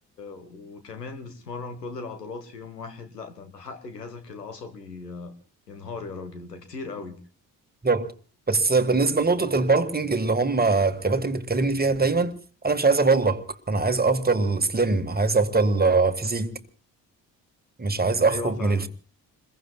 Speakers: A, on the left; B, on the right.
A: وكمان بتتمرن كل العضلات في يوم واحد لا ده انت حق جهازك العصبي آه، ينهار يا راجل ده كتير قوي
B: بالظبط بس بالنسبه لنقطه البالكينج اللي هم الكباتن بتكلمني فيها دايما انا مش عايز ابلك انا عايز افضل سليم عايز افضل آه، فيزيك مش عايز اخرج
A: ايوه فاهمك
B: من الف...